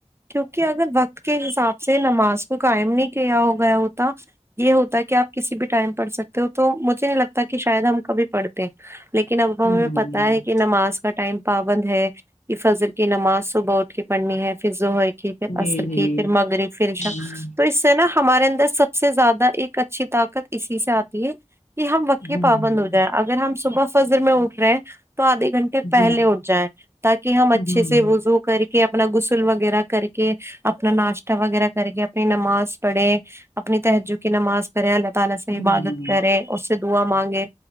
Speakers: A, on the right (about 20°); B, on the left (about 75°).
A: کیونکہ اگر وقت کے حساب سے نماز کو قائم نہیں کیا ہو گیا ہوتا یے ہوتا ہے کی آپ کسی بھی ٹائم پڑ سکتے ہو تو مجھے نہیں لگتا کی شاید ہم کبھی پڑتے لیکن اب
B: ہوں
A: ہمیں پت نماز کا ٹائم پابند ہے یے فجر کی نماز ظہر اٹھ کے پڑھنی ہے پھر زوہر کی پھر
B: جی
A: اسر
B: جی
A: کے پھر مغرب پھر عشاء
B: ہوں
A: تو نا ہمارے اندر سب سے زیادہ ایک اچھی طاقت اسی سے آتی ہے کی ہم وکی
B: ہوں
A: پابند ہو جائے اگر ہم صبح فجر میں اٹھ رہے ہیں تو آدھے گھنٹے پہلے
B: جی
A: اٹھ جائیں تاکی ہم اچھے
B: ہوں
A: سے وزو کر کہ اپنا غسل وغیرہ کر کے اپنا ناشتہ وغیرہ کر کے اپنی نماز پڑھے اپنی تہجد کی نماز کرے اللہ تعالی سے
B: ہوں
A: عبادت کرے اس سے دعا مانگے